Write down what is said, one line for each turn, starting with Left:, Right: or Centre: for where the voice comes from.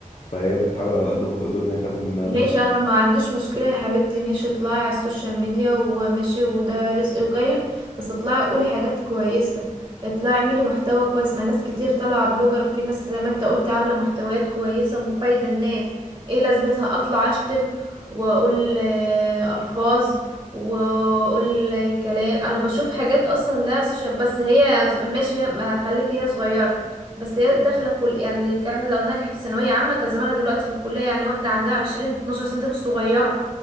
Left: فهي بتحاول على قد ما تقدر ان هي تاخد منها
Right: ماشي
Left: ده
Right: انا ما عنديش مشكلة يا حبيبتي ماشي اطلعي على السوشيال ميديا وماشي وده رزق وجايلك بس اطلعي قولي حاجات كويسة اطلعي اعملي محتوى كويس ما ناس كتير طالعة بلوجر وفي ناس زي ما انت قلت عاملة محتويات كويسة ومفايدة الناس ايه لازمتها اطلع اشتم واقول آه، الفاظ واقول كلام انا بشوف حاجات اصلا لا سوشيال بس هي ز- ماشي ما خليكي هي صغيرة بس هي داخله كل يعني اللي كان لو نجحت في ثانويه عامه كان زمانها دلوقتي في الكليه يعني واحده عندها 20 12 سنه دي مش صغيره